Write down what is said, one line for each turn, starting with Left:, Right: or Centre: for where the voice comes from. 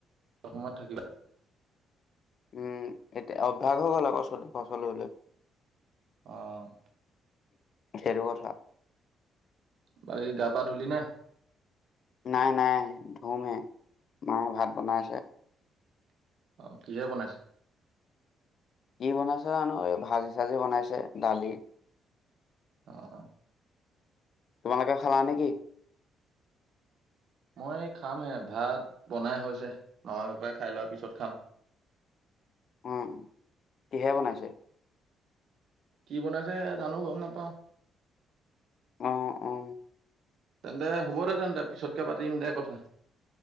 Right: অসমত থাকিবা।
Left: উম', এতিয়া অভ্যাস হৈ গ'ল, আকৌ চটো ফচললৈ
Right: আহ',
Left: সেইটো কথা।
Right: বাকী গা পা ধুলি নে?
Left: নাই- নাই ধুমহে, মায়ে ভাত বনাই আছে।
Right: অ', কিহে বনাইছে?
Left: কি বনাইছে জানো, এই ভাজি চাজি বনাইছে দালি।
Right: অ',
Left: তোমালোকে খালা নেকি?
Right: মই খামহে, ভাত বনাই হৈছে মামা, ককাই খাই লোৱাৰ পিছত খাম।
Left: উম', কিহে বনাইছে?
Right: কি বনাইছে জানো গম নাপাওঁ।
Left: অ', অ',
Right: তেন্তে হ'ব দে তেন্তে পিছতকে পাতিম দে কথা।